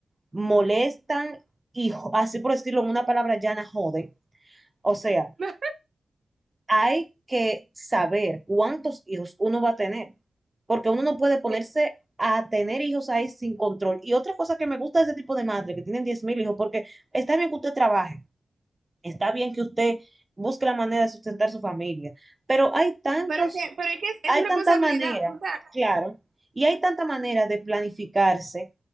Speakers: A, on the right (about 25°); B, on the right (about 65°).
A: molestan y jo- así por decirlo en una palabra llana, joden. O sea,
B: <laughs>
A: hay que saber cuántos hijos uno va a tener, porque uno no puede ponerse
B: Sí.
A: a tener hijos ahí sin control. Y otra cosa que me gusta de ese tipo de madre, que tienen diez mil hijos, porque está bien que usted trabaje, está bien que usted busque la manera de sustentar su familia, pero hay tantos
B: Pero es que, pero es que es, es
A: hay
B: su responsabilidad.
A: tanta manera,
B: O sea,
A: claro, y hay tanta manera de planificarse